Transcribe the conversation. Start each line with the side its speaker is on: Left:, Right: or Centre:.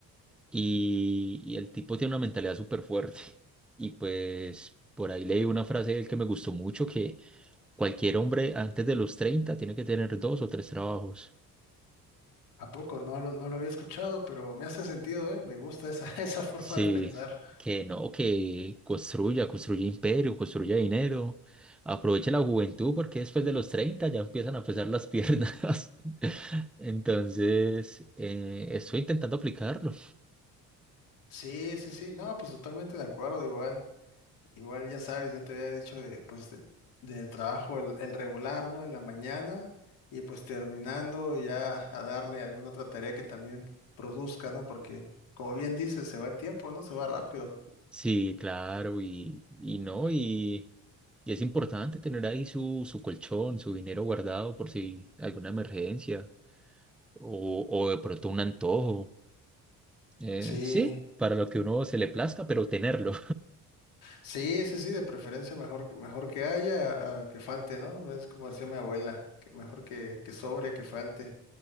Centre: y, y el tipo tiene una mentalidad súper fuerte. Y pues por ahí leí una frase de él que me gustó mucho, que cualquier hombre antes de los 30 tiene que tener dos o tres trabajos.
Left: ¿A poco? No, lo- no lo había escuchado, pero me hace sentido, ¿eh? Me gusta esa, <laughs> esa forma
Centre: Sí,
Left: de pensar.
Centre: que no, que construya, construya imperio, construya dinero, aproveche la juventud porque después de los 30 ya empiezan a pesar las piernas. <laughs> Entonces, eh, estoy intentando aplicarlo.
Left: Sí, sí, sí. No, pues totalmente de acuerdo, igual. Igual, ya sabes, ya te había dicho de, pues, de- del trabajo, el, el regular, ¿no? En la mañana y pues terminando ya a darle alguna otra tarea que también produzca, ¿no? Porque, como bien dices, se va el tiempo, ¿no? Se va rápido.
Centre: Sí, claro, y, y no, y, y es importante tener ahí su, su colchón, su dinero guardado por si alguna emergencia o, o de pronto un antojo. Eh,
Left: Sí,
Centre: sí, para lo que uno se le plazca, pero tenerlo.
Left: sí, sí, sí, de preferencia mejor, que- mejor que haya a que falte, ¿no? Es como decía mi abuela, que mejor que, que sobre, que falte.